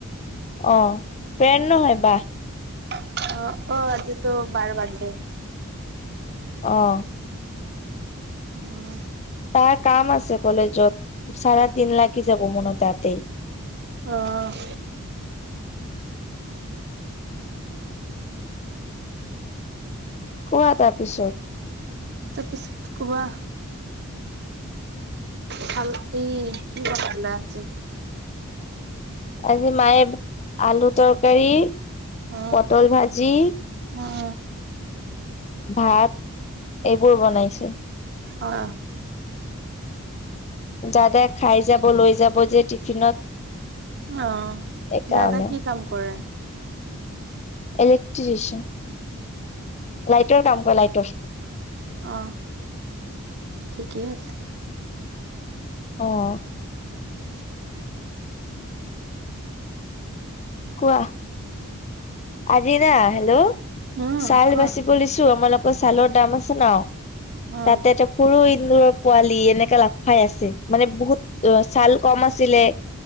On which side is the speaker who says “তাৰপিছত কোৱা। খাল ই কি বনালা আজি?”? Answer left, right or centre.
Right